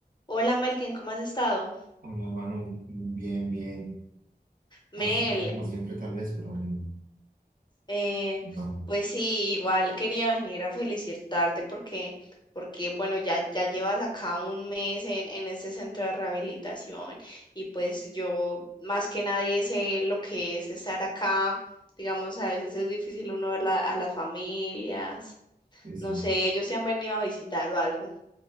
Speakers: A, on the left (about 25°); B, on the right (about 55°).
A: Hola Melkin, ¿cómo has estado?
B: Hola Manu, bien, bien.
A: Mel,
B: Ansioso como siempre tal vez, pero mm,
A: eh,
B: vamos.
A: pues sí, igual quería venir a felicitarte porque, porque bueno, ya, ya llevas acá un mes en, en este centro de rehabilitación y pues yo más que nadie sé lo que es estar acá. Digamos, a veces es difícil uno ver la- a las familias.
B: sí, sí.
A: No sé, ellos se han venido a visitar o algo.